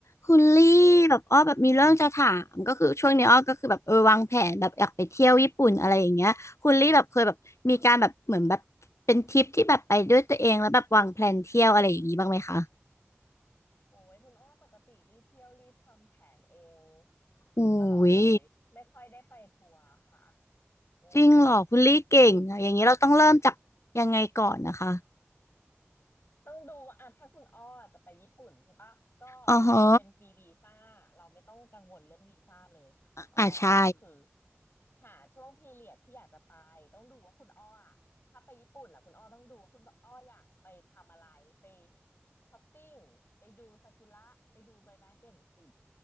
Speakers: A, on the left; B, on the left.
A: คุณลี่แบบอ้อแบบมีเรื่องจะถามก็คือช่วงนี้อ้อก็คือแบบเออวางแผนแบบอยากไปเที่ยวญี่ปุ่นอะไรอย่างเงี้ยคุณลี่แบบเคยแบบมีการแบบเหมือนแบบเป็นทริปที่แบบไปด้วยตัวเองแล้วแบบวางแพลนเที่ยวอะไรอย่างงี้บ้างไหมคะ
B: โอ้ยคุณอ้อปกติรีเที่ยวรีทำแผนเอง
A: อุ้
B: ตลอดเลยไม่ค่อยได้ไปทัวร์ค่ะ
A: ย
B: อืม
A: จริงเหรอคุณลี่เก่งอะอย่างนี้เราต้องเริ่มจากยังไงก่อนนะคะ
B: ต้องดูว่าอ่ะถ้าคุณอ้อจะไปญี่ปุ่นใช่ปะก็
A: อ๋อฮะ
B: มันเป็นฟรีวีซ่าเราไม่ต้องกังวลเรื่องวีซ่าเลยค่ะอ้อก็คือ
A: อ่าใช่
B: หาช่วงพีเรียดที่อยากจะไปต้องดูว่าคุณอ้ออะถ้าไปญี่ปุ่นอ่ะคุณอ้อต้องดูว่าคุณอ้ออยากไปทำอะไรไปช้อปปิ้งไปดูซากุระไปดูใบไม้เปลี่ยนสี